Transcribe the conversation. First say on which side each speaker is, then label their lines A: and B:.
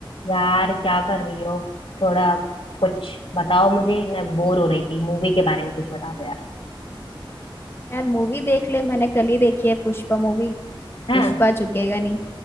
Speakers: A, on the left; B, on the left.
A: यार क्या कर रही हो थोड़ा कुछ बताओ मुझे मैं बोर हो रही थी मूवी के बारे में कुछ बता दो यार
B: यार मूवी देख ले मैंने कल ही देखी है पुष्पा मूवी
A: हैं
B: पुष्पा झुकेगा नहीं